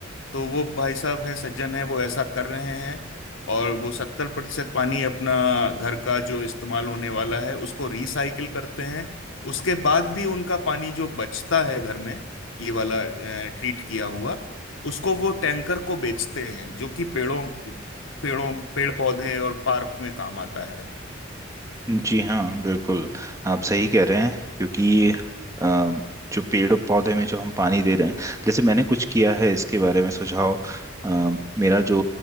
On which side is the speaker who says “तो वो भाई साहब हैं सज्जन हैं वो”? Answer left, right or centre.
Left